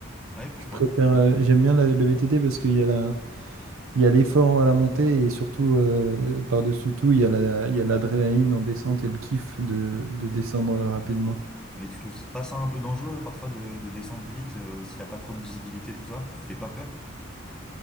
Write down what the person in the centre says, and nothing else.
Ouais, pourquoi?
Mais tu trouves pas ça un peu dangereux parfois de, de descendre vite euh, s'il n'y a pas trop de visibilité, tout ça? Tu te fais pas peur?